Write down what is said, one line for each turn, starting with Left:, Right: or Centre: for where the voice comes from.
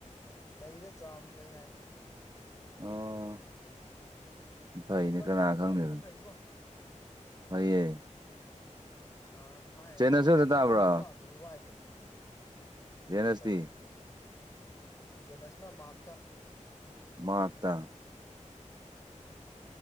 Left: ꯂꯩꯗ ꯆꯥꯎꯅ ꯂꯩ ꯍꯥꯏꯝꯅꯤ
Right: ꯑꯣ ꯐꯩꯅꯦ
Left: ꯑꯗꯨꯗ ꯑꯗꯨꯃꯥꯏꯅ
Right: ꯀꯅꯥ
Left: ꯇꯥꯒꯤ
Right: ꯈꯪꯗꯣꯏꯅꯣ
Left: ꯑꯃ ꯐꯩꯕꯣ
Right: ꯍꯣꯏꯌꯦ
Left: ꯎꯝ ꯉꯍꯥꯟ ꯊꯥꯏ
Right: ꯖꯦꯅꯁꯁꯨ
Left: ꯉꯥꯏ ꯑ
Right: ꯑꯗ
Left: ꯁꯑꯣꯝꯃꯨꯡ
Right: ꯇꯥꯕ꯭ꯔꯣ
Left: ꯇꯥꯕꯗꯨꯗꯤ ꯋꯥꯏꯅꯦ
Right: ꯖꯦꯅꯁꯇꯤ
Left: ꯀꯔꯤ ꯖꯦꯅꯦꯁꯅ ꯃꯥꯔ꯭ꯛꯇ
Right: ꯃꯥꯥꯛꯇ
Left: ꯎꯝ